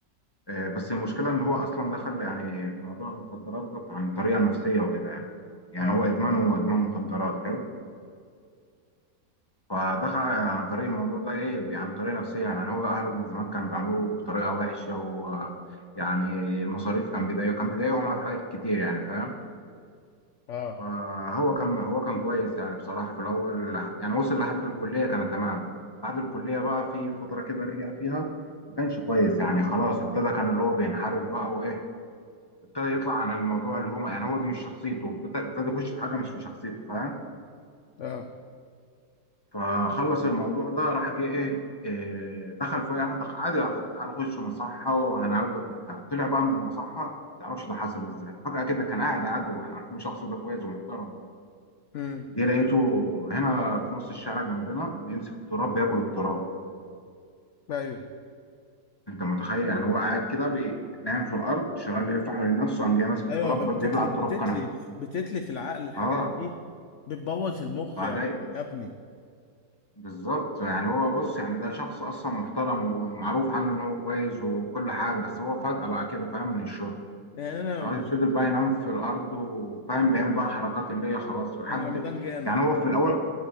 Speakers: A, on the left; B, on the left.
A: آه بس المشكله ان هو اصلا دخل يعني في موضوع المخدرات ده عن طريقه نفسيه وكده يعني يعني
B: اه
A: هو ادمانه هو ادمان مخدرات حلو فدخل عن طريق الموضوع ده ايه عن طريقه نفسيه يعني هو اهله من زمان كانوا بيعاملوه بطريقه وحشه و يعني المصاريف كان بيضايقه كان بيضايقهم في حاجات كتير يعني فاهم
B: اه
A: فهو كان هو كان كويس يعني بصراحة في الأول يعني وصل لحد الكلية كان تمام بعد الكلية بقى في فترة كده رجع فيها ما كانش كويس يعني خلاص ابتدى كان اللي هو بينحرف بقى وإيه ابتدى يطلع عن الموضوع اللي هو يعني هو دي مش شخصيته بت- ابتدى يخش في حاجة مش في شخصيته فاهم
B: اه
A: فخلص الموضوع ده راح جه إيه إيه، دخل في أي واحدة عادي راح، تعالى خش مصحة وهنعالجك وبتاع طلع بقى من المصحة ما تعرفش ده حصل ازاي فجأة كده كان قاعد عدو واحنا عارفين شخصه ده كويس ومحترم
B: امم
A: جه لقيته هنا في نص الشارع جنبنا بيمسك التراب بياكل التراب
B: ايوه
A: انت متخيل يعني هو قاعد كده بي- نايم في الارض شغال بيلف حوالين نفسه قام جاي ماسك
B: ايوه
A: التراب
B: بتتلف
A: بيبلع التراب
B: بتتلف
A: كنب
B: بتتلف العقل الحاجات
A: اه
B: دي بتبوظ المخ
A: فجاي
B: يعني يا ابني
A: بالظبط يعني هو بص يعني ده شخص اصلا محترم ومعروف عنه ان هو كويس وكل حاجه بس هو فجأة بقى كده فاهم من الشرب
B: يعني انا
A: ففضل
B: بشوف
A: بقى ينام في الارض وفاهم بيعمل بقى حركات اللي هي خلاص لحد
B: انا رمضان جانا
A: يعني هو في الاول